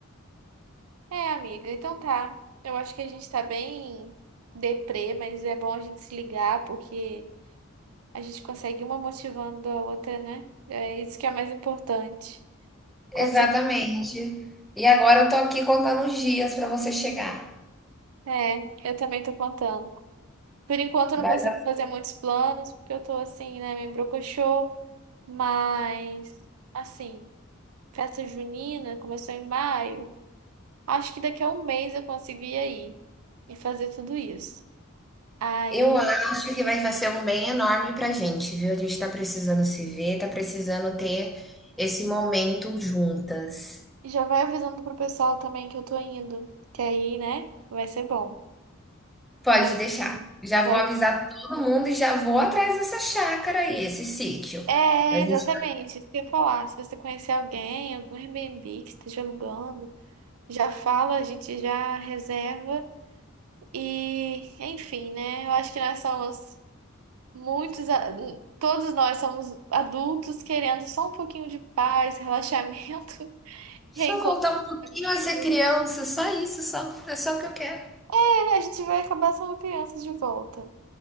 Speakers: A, on the right (about 80°); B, in the centre.
A: É, amiga, então tá. Eu acho que a gente tá bem deprê, mas é bom a gente se ligar, porque a gente consegue uma motivando a outra, né? É isso que é mais importante. Quando
B: Exatamente.
A: você...
B: E agora eu tô aqui contando os dias para você chegar.
A: É, eu também tô contando. Por enquanto eu
B: Vai-
A: não consigo fazer muitos planos, porque eu tô assim, né, meio brocochô, mas assim, festa junina começou em maio. Acho que daqui a um mês eu consigo ir aí e fazer tudo isso. Aí
B: Eu acho que vai fazer um bem enorme pra gente, viu? A gente tá precisando se ver, tá precisando ter esse momento juntas.
A: já vai avisando pro pessoal também que eu tô indo, que aí, né, vai ser bom.
B: Pode
A: Vai,
B: deixar. Já
A: vai...
B: vou avisar todo mundo e já vou atrás dessa chácara aí, esse sítio.
A: É,
B: Pra gente
A: exatamente, isso que eu ia falar. Se você conhecer alguém, algum Airbnb que esteja alugando, já fala, a gente já reserva. E, enfim, né? Eu acho que nós somos muitos, a- todos nós somos adultos querendo só um pouquinho de paz, relaxamento, <laughs>
B: só
A: reencontro
B: voltar um pouquinho
A: com amigos.
B: a ser criança, só isso, só. É só o que eu quero.
A: É, a gente vai acabar sendo crianças de volta.